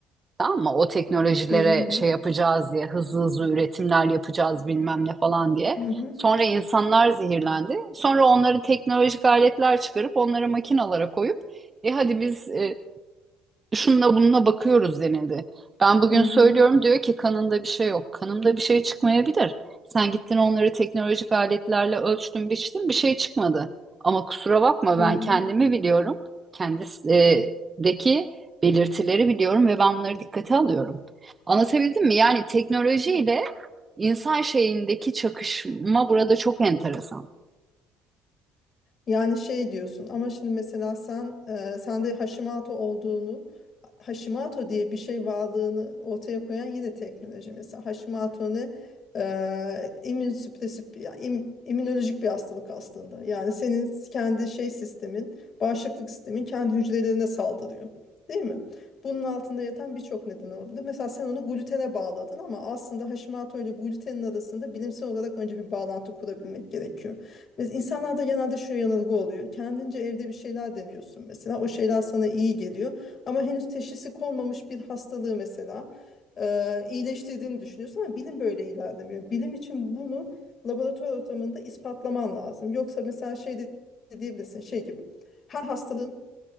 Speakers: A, on the right; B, on the left.
A: Tamam mı? O teknolojilere
B: Hı hı.
A: şey yapacağız diye, hızlı hızlı üretimler yapacağız bilmem ne falan diye.
B: Hı hı.
A: Sonra insanlar zehirlendi. Sonra onları teknolojik aletler çıkarıp onları makinalara koyup e hadi biz e, şununla bununla bakıyoruz denildi. Ben bugün
B: Hı hı.
A: söylüyorum diyor ki kanında bir şey yok. Kanımda bir şey çıkmayabilir. Sen gittin onları teknolojik aletlerle ölçtün, biçtin bir şey çıkmadı. Ama kusura bakma
B: Hı
A: ben
B: hı.
A: kendimi biliyorum. Kendisindeki belirtileri biliyorum ve ben bunları dikkate alıyorum. Anlatabildim mi? Yani teknolojiyle insan şeyindeki çakışma burada çok enteresan.
B: Yani şey diyorsun ama şimdi mesela sen e, sende Hashimoto olduğunu Hashimoto diye bir şey varlığını ortaya koyan yine teknoloji mesela Hashimoto ne e, immünsüpresif ya, im- immünolojik bir hastalık aslında yani senin kendi şey sistemin bağışıklık sistemin kendi hücrelerine saldırıyor değil mi? Bunun altında yatan birçok neden olabilir. Mesela sen onu glutene bağladın ama aslında Hashimoto ile glutenin arasında bilimsel olarak önce bir bağlantı kurabilmek gerekiyor. Biz insanlarda genelde şu yanılgı oluyor. Kendince evde bir şeyler deniyorsun mesela. O şeyler sana iyi geliyor. Ama henüz teşhisi konmamış bir hastalığı mesela e, iyileştirdiğini düşünüyorsun ama bilim böyle ilerlemiyor. Bilim için bunu laboratuvar ortamında ispatlaman lazım. Yoksa mesela şey de diyebilirsin şey gibi. Her hastalığın